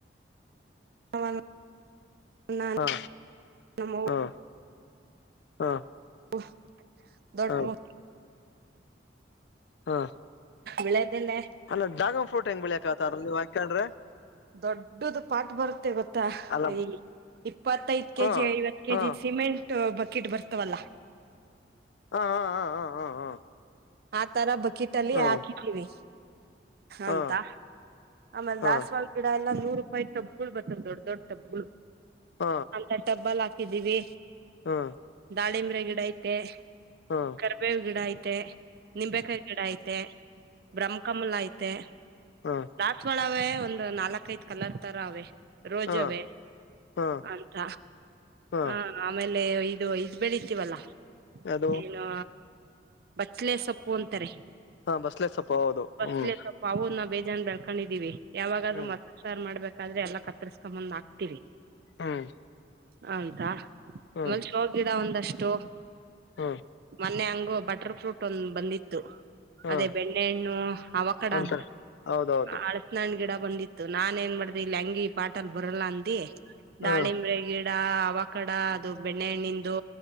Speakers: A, on the right; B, on the left.
A: <inaudible> ನನ್
B: ಹಾ
A: <inaudible> ನಮವ್
B: ಹಾ ಹಾ
A: <inaudible> ದೊಡ್ತ.
B: ಹಾ ಹಾ.
A: ವೀಳ್ಯದೆಲೆ
B: ಅಲ್ಲ ಡಾಗಾನ್ ಫ್ರೋಟ್ ಹೆಂಗ್ ಬೆಳಿಕ್ ಆತಾರ ನೀವ ಹಾಕೊಂಡ್ರೆ.
A: ದೊಡ್ಡದು ಪಾಠ ಬರುತ್ತೆ ಗೊತ್ತಾ
B: ಅಲ್ಲ
A: ಹ. ಇಪ್ಪತ್ತೈದು ಕೆಜಿ
B: ಹಾ
A: ಐವತ್ತು ಕೆಜಿ
B: ಹಾ
A: ಸಿಮೆಂಟ್ ಬಕೆಟ್ ಬರ್ತವಲ್ಲ.
B: ಹಾ ಹಾ ಹಾ ಹಾ
A: ಆ ತರ ಬಕಿಟಲ್ಲಿ
B: ಹಾ
A: ಹಾಕಿದೀವಿ.
B: ಹಾ
A: ಅಂತ ಆಮೇಲೆ
B: ಹಾ
A: ದಸ್ವಾಳ
B: ಹಾ
A: ಲ್ಲಾ ನೂರು ರೂಪಾಯಿ ಟಬ್ಬಗಳು ಬರ್ ದೊಡ್ಡ ದೊಡ್ ಟಬ್ಬಗಳು
B: ಹಾ ಹಾ
A: ಅಂತ ಟಬ್ಬಾ ಇದಿದ್ದೀವಿ
B: ಹಾ
A: ದಾಳಿಂಬ್ರ ಗಿಡ ಐತೆ
B: ಹಾ ಹಾ
A: ಕರ್ಬೇವ ಗಿಡ ಐತೆ ನಿಂಬೆೇಕಾಯಿ ಗಿಡ ಐತೆ ಬ್ರಹ್ಮಕಮಲ ಐತೆ
B: ಹಾ
A: ದಾಸವಾಳವೇ ನಾಲ್ಕ ಐ ಕಲರ್ತರ ಅವೇ ರೋಜವೇ
B: ಹಾ ಹಾ
A: ಅಂತ
B: ಹಾ
A: ಹ ಆಮೇ ಅ ಇದು ಇದ್ ಬೆಳಿತೀವಲ್ಲ
B: ಅದು
A: ಏನು ಬಚ್ಲೆ ಸೊಪ್ಪು ಅಂತಾರೆ
B: ಹಾ ಬಸ್ಲೆ ಸೊಪ್ಪ ಹೌದು
A: ಬಚ್ಲೆ
B: ಹ್ಮ್
A: ಸೊಪ್ಪು ಅವವು ನ ಬ ಜನ್ ಬೆಳ್ಕೊಂಡಿದೀವಿ ಯಾವಾಗಾದ್
B: ಹ್ಮ್
A: ಮತ್ತ ಸಾರ್ ಮಾಡ್ಬೇಕಾದ್ರ ಎಲ್ಲ ಕತ್ತರ್ಸ್ಕೊಂಬಂದ್ ಹಾಕ್ತಿೀವಿ
B: ಹ್ಮ್
A: ಹಂತಾ
B: ಹ್ಮ್
A: ಆಮೇಲ್ ಶೋ ಗಿಡ ಒಂದಷ್ಟು
B: ಹ್ಮ್
A: ಮೊನ್ನೆ ಅಂಗ ಬಟರ್ ಫ್ರೂಟ್ ಒಂದ್ ಬಂದಿತ್ತು
B: ಹ್ಮ್
A: ಅದೇ ಬೆಣ್ಣೆಹಣ್ಣು ಅವಕಡ
B: ಅಂತ
A: ಅಂತಾರ
B: ಹೌದೌದು
A: ಅಳತ್ನಹಣ್ ಗಿಡ ಬಂದಿತ್ತು ನಾನನ್ ಏನ್ ಮಾಡ್ದ ಇಲ್ಲಿ ಹೆಂಗಿ ಪಾಟಲ್ ಬರಲ್ಲ ಅಂದ ದಾಳಿಂಬ್ರ
B: ಹಾ
A: ಗಿಡ ಡ ಅವ ಕಡ ಅದು ಬೆಣ್ಣೆಹಣ್ಣಂದು